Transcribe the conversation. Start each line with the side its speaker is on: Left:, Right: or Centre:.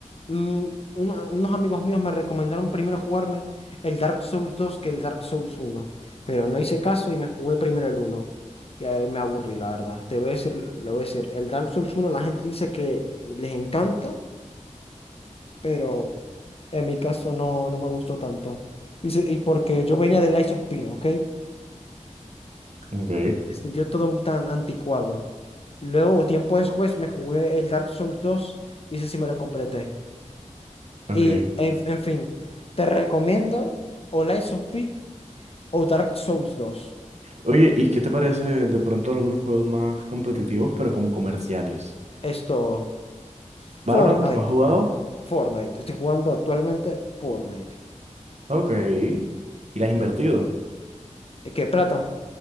Left: mm, una- unos amigos míos me recomendaron primero jugarme el Dark Souls 2 que el Dark Souls uno pero no hice caso y me jugué primero el uno Y ahí me aburrí, la verdad. Te voy a decir, lo voy a decir, el Dark Souls uno la gente dice que les encanta, pero en mi caso no, no me gustó tanto. Y, se- y porque yo venía de Lies of P, ¿ok?
Right: Ok.
Left: Se sintió todo tan anticuado. Luego, tiempo después, me jugué el Dark Souls 2 y ese sí me lo completé.
Right: Ok.
Left: Y en, en fin, te recomiendo o Lies of P o Dark Souls dos
Right: Oye, ¿y qué te parece de pronto algunos juegos más competitivos, pero como comerciales?
Left: Esto,
Right: ¿Valorant
Left: Fortnite,
Right: lo has jugado?
Left: Fortnite. Estoy jugando actualmente Fortnite.
Right: Ok. ¿Y le has invertido?
Left: ¿Y ¿Qué plata?